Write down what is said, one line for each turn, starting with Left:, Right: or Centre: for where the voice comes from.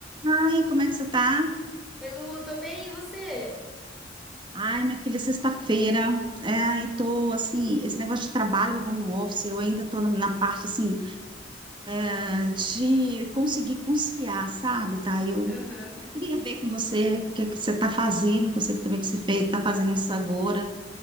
Right: Ai, como é que você tá?
Centre: Oi, Lu, tô bem, e você?
Right: Ai, minha filha, sexta-feira. É, ai, tô assim, esse negócio de trabalho, home office, eu ainda tô na na parte assim ah, de conseguir conciliar, sabe? Tá? Eu
Centre: Aham.
Right: eu queria ver com você o que é que você tá fazendo, que eu sei que também que você fez, tá fazendo isso agora.